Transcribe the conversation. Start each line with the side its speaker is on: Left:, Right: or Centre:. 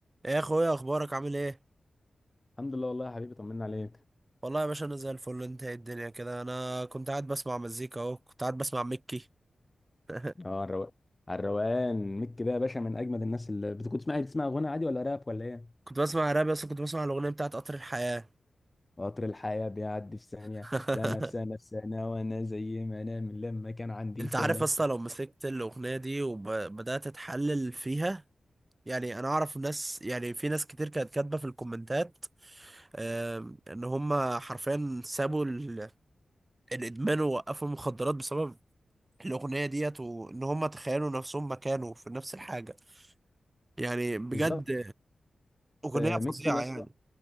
Right: يا اخويا اخبارك عامل ايه
Left: الحمد لله والله يا حبيبي طمنا عليك
Right: والله يا باشا انا زي الفل انت ايه الدنيا كده انا كنت قاعد بسمع مزيكا اهو كنت قاعد بسمع مكي <laughs>
Left: اه الرو... على الروقان ميك ده يا باشا من اجمد الناس اللي بتكون تسمع بتسمع غنى عادي ولا راب ولا ايه
Right: كنت بسمع راب بس كنت بسمع الاغنيه بتاعت قطر الحياه
Left: قطر الحياة بيعدي في ثانية
Right: <laughs>
Left: سنة في سنة في سنة وانا زي ما انا من لما كان عندي
Right: انت
Left: سنة
Right: عارف اصلا لو مسكت الاغنيه دي وبدات اتحلل فيها يعني انا اعرف ناس يعني في ناس كتير كانت كاتبه في الكومنتات آم، ان هم حرفيا سابوا ال- الادمان ووقفوا المخدرات بسبب الاغنيه ديت وان هم تخيلوا نفسهم مكانه في نفس الحاجه يعني بجد
Left: بالظبط
Right: اغنيه
Left: آه، ميكي
Right: فظيعه
Left: يا اسطى
Right: يعني